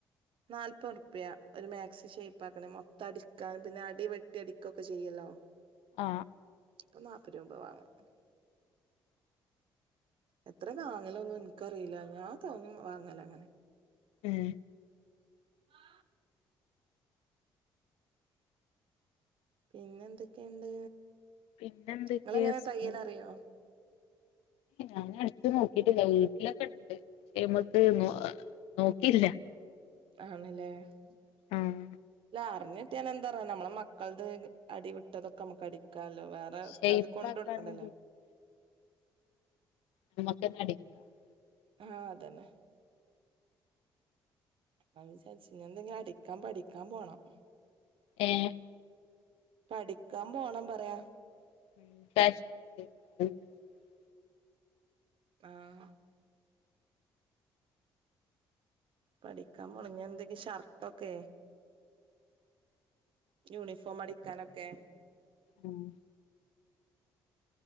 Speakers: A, on the right (about 50°); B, on the left (about 65°).
A: നാല്പ്പത് റുപ്യ ഒരു മാക്സി ഷേ്പപ്പ് ആക്കണ മൊത്തം അടിക്കാന പിന്നെ അടി വെട്ടി അടിക്കുക ഒക്കെ ചെയ്യല്ലോ
B: ആ
A: ഇപ്പൊ നാല്പ്പ രൂപ വാങ്ങണം എത്ര വാങ്ങലോ ഒന്നും നിനിക്കറിയില്ല ഞാ തോന്ന വാങ്ങല അങ്ങനെ
B: ഉം
A: ആ പിന്നെ എന്തൊക്കെയുണ്ട്
B: പിന്നെന്തൊക്കെ
A: നിങ്ങെങ്ങനെ
B: സുഖം
A: തയ്യൽ അറിയോ
B: ഞാൻ അടിച്ചു നോക്കിട്ടില്ല വീട്ടിലൊക്കെ ഉണ്ട് പക്ഷെ നമക്ക് നോക്കില്ല
A: ആണല്ലേല്ല
B: ആഹ്
A: പറഞ്ഞിട്ട് ഞാെ എന്താ പറയാ നമ്മള മക്കളുടെ അടി വിട്ടതൊക്കെ നമുക്ക്ടി ക്കല്ലോ വേറെ
B: ഷെയ്പ്പാക്കാനും
A: സ്ഥലത്ത് കൊണ്ട് കൊടുക്കണ്ടല്ലോ
B: നമ്മക്ക് നടക്കാം <unintelligible>
A: ആ അതന്നെ അപ്പ വിചാരിച്ചുൻ എന്തെങ്കിലും അടിക്കാൻ പഠിക്കാൻ പോണം
B: ഏഹ്
A: പഠിക്കാം പോണം പറയാ
B: <unintelligible>
A: ആഹ് പഠിക്കാൻ പോണം ഞ്ഞെന്തെക്കെ ഷർട്ടൊക്കെ യൂണിഫോം അടിക്കാനൊക്കെ
B: ഉം